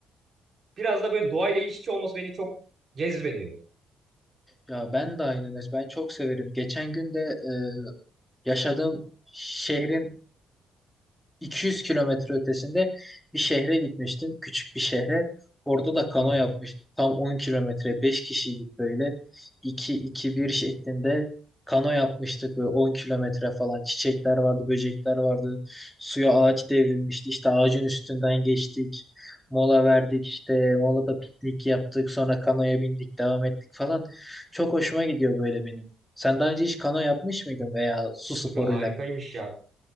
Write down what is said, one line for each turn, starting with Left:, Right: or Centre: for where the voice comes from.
Right: biraz da böyle doğayla iç içe olması beni çok cezbediyor.
Centre: Ya ben de aynı mes. Ben çok severim. Geçen gün de e, yaşadığım şehrin 200 kilometre ötesinde bir şehre gitmiştim. Küçük bir şehre. Orada da kano
Right: Hı hı.
Centre: yapmıştık. Tam 10 kilometre. beş kişiydik böyle. 2 iki bir şeklinde kano yapmıştık. Böyle 10 kilometre falan. Çiçekler vardı, böcekler vardı. Suya ağaç devrilmişti. İşte ağacın üstünden geçtik. Mola verdik işte. Molada piknik yaptık. Sonra kanoya bindik, devam ettik falan. Çok hoşuma gidiyor böyle benim. Sen daha önce hiç kano yapmış mıydın veya su sporuyla
Right: Aga harikaymış
Centre: alakalı bir
Right: ya.
Centre: şey?